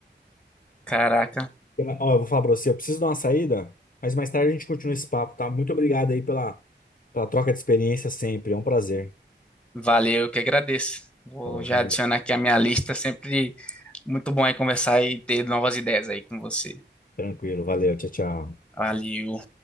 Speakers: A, in the centre; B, on the left.
A: Caraca,
B: Eu- ó, eu vou falar pra você, eu preciso dar uma saída, mas mais tarde a gente continua esse papo, tá? Muito obrigado aí pela, pela troca de experiência sempre. É um prazer.
A: valeu, eu que agradeço. Vou
B: Ó,
A: já
B: valeu.
A: adicionar aqui a minha lista sempre Muito bom aí conversar e ter novas ideias aí com você.
B: Tranquilo, valeu. Tchau, tchau.
A: Valeu.